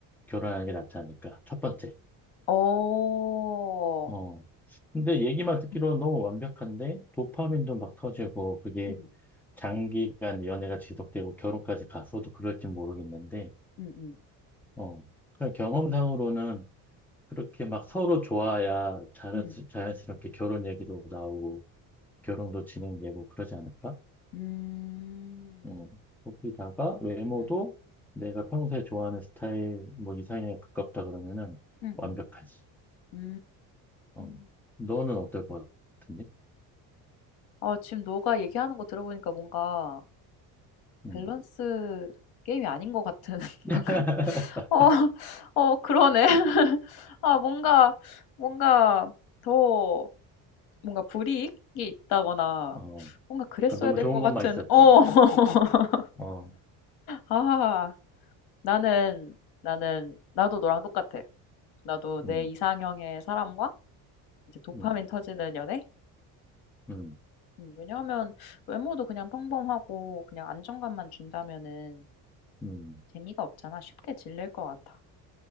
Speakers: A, in the centre; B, on the left.
A: 결혼하는 게 낫지 않을까? 첫 번째.
B: 어.
A: 어. 근데 얘기만 듣기로는
B: 음.
A: 너무 완벽한데 도파민도
B: 음.
A: 막 터지고 그게
B: 음.
A: 장기간 연애가 지속되고 결혼까지 갔어도 그럴지 모르겠는데
B: 음 음.
A: 어. 그냥 경험상으로는 그렇게 막 서로 좋아야 자연,
B: 음.
A: 자연스럽게 결혼 얘기도 나오고 결혼도 진행되고 그러지 않을까?
B: 음.
A: 음, 거기다가 외모도
B: 음.
A: 내가 평소에 좋아하는 스타일 뭐 이상형에 가깝다 그러면은
B: 음
A: 완벽하지.
B: 음. 음. 음.
A: 어.
B: 음.
A: 너는 어떨 것 같은데?
B: 아 지금 너가 얘기하는 거 들어보니까 뭔가
A: 음.
B: 밸런스 게임이 아닌 것 같은 <laughs>
A: <laughs>
B: 방금 어, 어 그러네. <laughs> 아 뭔가 뭔가 더 뭔가 불이익이 있다거나
A: 어,
B: 뭔가 그랬어야
A: 그러니까 너무
B: 될
A: 좋은
B: 것 음,
A: 것만
B: 같은
A: 있었지.
B: 어. <laughs>
A: 어,
B: 아 나는 나는 나도 너랑 똑같아. 나도 내
A: 음,
B: 이상형의 사람과 이제 도파민
A: 음,
B: 터지는 연애?
A: 음,
B: 음, 왜냐하면 외모도 그냥 평범하고 그냥 안정감만 준다면은
A: 음,
B: 재미가 없잖아. 쉽게 질릴 것 같아.